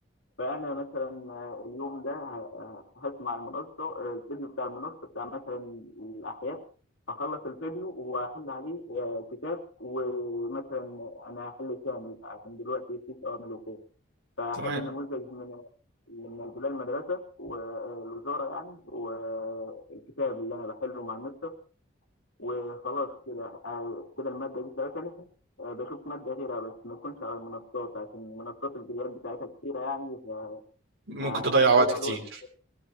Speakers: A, on the left; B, on the right.
A: فأنا مثلا آه، اليوم ده ه- آه، هسمع المنصة آه، الفيديو بتاع المنصة بتاع مثلا الأحياء هخلص الفيديو وأحل عليه آه، كتاب ومثلا أنا هحل كامل عشان دلوقتي في أوامر وكده فحلوا
B: تمام
A: نموذج من من انزلاق المدرسه والوزاره يعني والكتاب اللي انا بحله مع المستر وخلاص كده آه، كده الماده دي فاتني آه، بشوف ماده غيرها بس ما تكونش على المنصات عشان منصات الفيديوهات بتاعتها كتيره يعني
B: ممكن
A: فهضيع
B: تضيع وقت كتير
A: الوقت